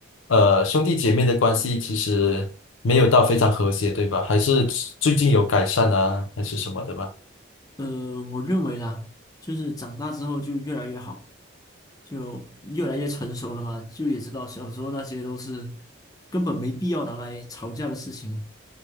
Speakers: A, on the left; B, on the left.
A: 呃兄弟姐妹的关系其实没有到非常和谐，对吧？还是最近有改善啊，还是什么的吧？
B: 呃，我认为啦，就是长大之后就越来越好，就越来越成熟了嘛，就也知道小时候那些都是根本没必要拿来吵架的事情。